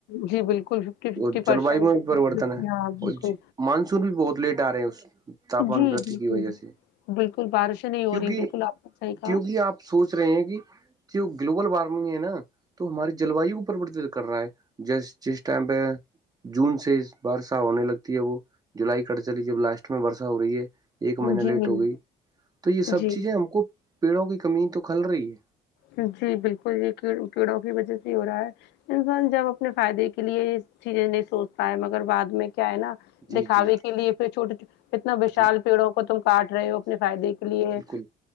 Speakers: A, on the left (about 85°); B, on the right (about 20°).
A: جی بالکل
B: تو
A: پرسینٹ
B: جل وایو میں بھی پریوررتن
A: ففٹی،
B: ہے
A: ہاں بالکل،
B: اور مانسون بھی بہت لیٹ آ رہے ہیں اس تاپمان
A: جی
B: بتی
A: بالکل،
B: کی وجہ سے
A: بالکل بارشیں نہیں ہو
B: کیونکہ
A: رہی بالکل آپ نے صحیح کہا
B: کیونکہ آپ سوچ رہے ہیں کہ جو گلوبل وارمنگ ہے نا تو ہماری جلواو کو پرورتت کر رہا ہے جس جس ٹائم پہ جون سے برشا ہونے لگتی ہے وہ جولائی کٹ چلی جب لاسٹ میں برشا ہو رہی ہے ایک مہینہ
A: جی،
B: لیٹ
A: جی،
B: ہو گئی تو یہ سب
A: جی،
B: چیزیں ہم کو پیڑوں کی کمی تو کھل رہی ہے
A: جی بالکل یہ کییڑوں کی وجہ سے ہو رہا ہے انسان جب اپنے فائدے کے لیے چیزیں نہیں سوچتا ہے مگر بعد میں کیا ہے نا
B: جی
A: دکھاے
B: جی
A: کے لیے پھر چھوٹے اتنا وشال
B: جی
A: پیڑوں کو تم کاٹ رہے ہو اپنے فائدے کے لیے
B: بالکل